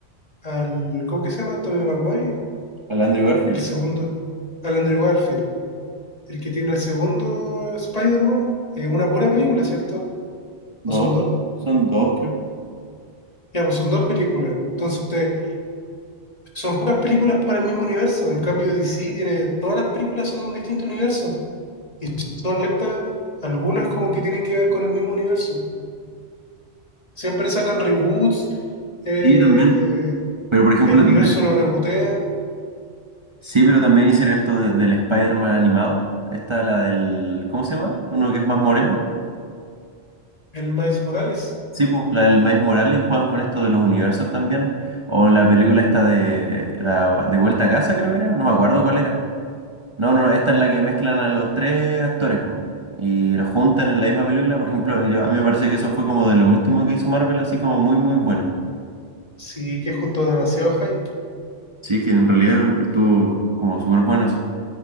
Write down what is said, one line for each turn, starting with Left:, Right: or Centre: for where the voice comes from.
Left: al, ¿cómo que se llama? Tobey Maguire,
Right: al Andrew Garfield.
Left: el segundo, al Andrew Garfield, el que tiene el segundo Spider-Man, eh, una pura película, ¿cierto?
Right: No,
Left: ¿O son dos?
Right: son dos, creo.
Left: Ya, pues son dos películas. Entonces, son puras películas para el mismo universo. En cambio, DC tiene, todas las películas son de un distinto universo. y solo ciertas, algunas como que tienen que ver con el mismo universo. Siempre sacan reboots, eh,
Right: Sí, también. Pero por ejemplo,
Left: el universo
Right: también-
Left: lo rebootean,
Right: sí, pero también hicieron esto de- del Spider-Man animado. Esta, la del, ¿cómo se llama? Uno que es más moreno.
Left: el Miles Morales.
Right: Sí, pues la del Miles Morales juegan con esto de los universos también. O la película esta de la, de Vuelta a Casa, creo que era. No me acuerdo cuál era. No, no, no, esta es la que mezclan a los tres actores, pues. Y los juntan en la misma película. Por ejemplo, yo, a mí me parece que eso fue como de lo último que hizo Marvel, así como muy, muy bueno.
Left: Sí, que junto demasiado hype.
Right: Sí, que en realidad estuvo como súper bueno así.